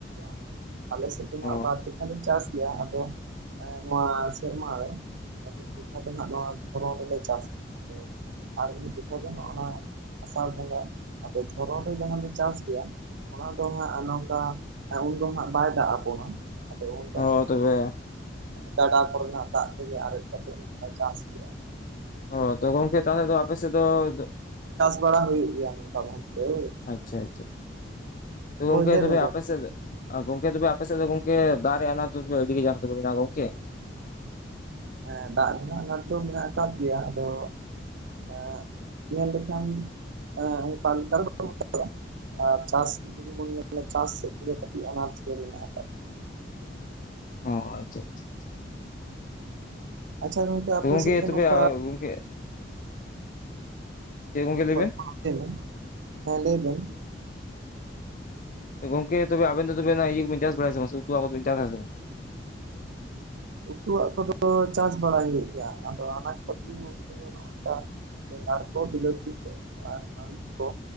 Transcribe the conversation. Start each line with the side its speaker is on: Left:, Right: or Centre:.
Right: <inaudible> ᱟᱞᱮ ᱥᱮᱫ ᱫᱚ ᱦᱟᱸᱜ
Left: ᱚ
Right: ᱵᱟᱨ ᱡᱮᱠᱷᱟ ᱞᱮ ᱪᱟᱥ ᱜᱮᱭᱟ ᱟᱫᱚ ᱮᱸ ᱱᱚᱣᱟ ᱥᱮᱨᱢᱟ ᱨᱮ <inaudible> ᱱᱚᱣᱟ ᱫᱷᱚᱨᱚᱱ ᱨᱮᱞᱮ ᱪᱟᱥ ᱜᱮᱭᱟ ᱟᱫᱚ ᱟᱨ ᱢᱤᱫ ᱡᱚᱠᱷᱟᱡ ᱫᱚ ᱱᱚᱜ-ᱚ ᱱᱚᱣᱟ ᱟᱥᱟᱲ ᱵᱚᱸᱜᱟ, ᱟᱫᱚ ᱫᱷᱚᱨᱚᱱ ᱨᱮ ᱡᱟᱦᱟᱸᱞᱮ ᱪᱟᱥ ᱜᱮᱭᱟ ᱚᱱᱟ ᱫᱚ ᱦᱟᱸᱜ ᱱᱚᱝᱠᱟ, ᱮᱸᱻ ᱩᱱ ᱫᱚ ᱱᱟᱦᱟᱜ ᱵᱟᱭ ᱫᱟᱜ ᱟᱵᱚᱱᱟ, ᱟᱫᱚ <inaudible> <inaudible>
Left: ᱚ ᱛᱚᱵᱮ
Right: ᱜᱟᱰᱟ ᱠᱚ ᱨᱮᱱᱟᱜ ᱫᱟᱜ ᱛᱮᱜᱮ ᱟᱨᱮᱡ ᱠᱟᱛᱮᱜ ᱱᱚᱝᱠᱟ ᱪᱟᱥ ᱦᱩᱭᱩᱜᱼᱟ᱾
Left: ᱚ ᱛᱚ ᱜᱚᱝᱠᱮ ᱛᱟᱦᱚᱞᱮ ᱫᱚ ᱟᱯᱮ ᱥᱮᱫ ᱫᱚ
Right: <inaudible> ᱵᱟᱲᱟ ᱦᱩᱭᱩᱜ ᱜᱮᱭᱟ ᱱᱚᱝᱠᱟ <inaudible>
Left: ᱟᱪᱪᱷᱟ ᱟᱪᱪᱷᱟ, ᱛᱚᱵᱮ
Right: ᱦᱳᱭ
Left: ᱜᱚᱝᱠᱮ
Right: ᱞᱟᱹᱭ ᱢᱮ
Left: ᱛᱟᱦᱚᱞᱮ ᱟᱯᱮ ᱥᱮᱫ ᱟᱨ ᱜᱚᱝᱠᱮ ᱛᱚᱵᱮ ᱟᱯᱮ ᱥᱮᱫ ᱫᱚ ᱜᱚᱝᱠᱮ ᱫᱟᱜ ᱨᱮᱭᱟᱜ ᱟᱱᱟᱴ ᱫᱚ ᱛᱚᱵᱮ ᱟᱹᱰᱤ <unintelligible> ᱜᱚᱝᱠᱮ᱾
Right: ᱦᱮᱸ ᱫᱟᱜ ᱨᱮᱱᱟᱜ ᱟᱱᱟᱴ ᱫᱚ ᱢᱮᱱᱟᱜ ᱟᱠᱟᱫ ᱜᱮᱭᱟ ᱟᱫᱚ ᱮᱸ, ᱧᱮᱞ ᱞᱮᱠᱷᱟᱱ, ᱚᱱᱠᱟ ᱞᱮᱠᱟ <inaudible> ᱟᱨ ᱪᱟᱥ ᱡᱩᱫᱤ ᱵᱚᱱ ᱧᱮᱞᱟ ᱪᱟᱥ ᱥᱮᱫ ᱛᱮᱫᱚ ᱠᱟᱹᱴᱤᱡ ᱟᱱᱟᱡ ᱜᱮ ᱢᱮᱱᱟᱜ ᱟᱠᱟᱫᱟ᱾
Left: ᱚ ᱟᱪᱪᱷᱟ ᱟᱪᱪᱷᱟ ᱟᱪᱪᱷᱟ᱾
Right: ᱟᱪᱪᱷᱟ ᱜᱚᱝᱠᱮ ᱟᱯᱮ
Left: ᱛᱚ
Right: ᱥᱮᱫ ᱫᱚ
Left: ᱛᱚᱵᱮ
Right: ᱱᱚᱝᱠᱟ
Left: ᱜᱚᱝᱠᱮ ᱪᱮᱫ ᱜᱚᱝᱠᱮ ᱞᱟᱹᱭ ᱵᱮᱱ
Right: <inaudible> ᱦᱮᱸ ᱞᱟᱹᱭ ᱵᱮᱱ᱾
Left: ᱮ ᱜᱚᱝᱠᱮ ᱛᱚᱵᱮ ᱟᱵᱮᱱ ᱫᱚ ᱛᱚᱵᱮ ᱱᱚᱣᱟ ᱤᱭᱟᱹ ᱠᱚ ᱵᱮᱱ ᱪᱟᱥ ᱵᱟᱲᱟᱭ ᱥᱮ ᱵᱟᱝ, <unintelligible> ᱪᱟᱥ ᱥᱮ ᱵᱟᱝ?
Right: ᱩᱛᱩᱣᱟᱜ ᱠᱚᱫᱚ ᱪᱟᱥ ᱵᱟᱲᱟᱭ ᱦᱩᱭᱩᱜ ᱜᱮᱭᱟ ᱟᱫᱚ ᱟᱱᱟᱡ ᱯᱟᱹᱛᱤ ᱠᱚ ᱱᱚᱜ-ᱚ ᱱᱚᱝᱠᱟ ᱵᱮᱸᱜᱟᱲ ᱠᱚ, ᱵᱤᱞᱟᱹᱛᱤ ᱠᱚ, ᱟᱨ ᱢᱟᱨᱤᱪ ᱠᱚ